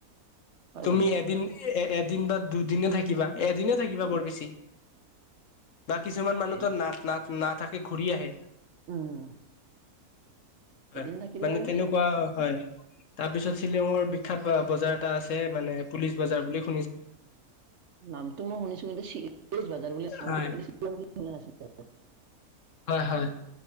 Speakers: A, on the right; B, on the left.
A: ফাইভ
B: তুমি
A: হাণ্ড্ৰেড
B: এদিন এ এদিন বা দুদিনে থাকিবা এদিনে থাকিবা
A: উম,
B: বৰ বেছি বা কিছুমান মানুহ
A: এ
B: ত না না নাথাকে ঘূৰি আহে।
A: উম।
B: হয়,
A: এদিন থাকিলে
B: মানে তেনেকুৱা হয়। তাৰ পিছত শ্বিলঙৰ বিখ্যাত বজাৰ এটা আছে মানে পুলিচ বজাৰ বুলিও
A: নামটো মই শুনিছো কিন্তু পলিচ বজাৰ বুলি নামটো
B: হয়
A: শ্বিলঙত আছে বুলি শুনা নাছিলোঁ।
B: হয় হয়,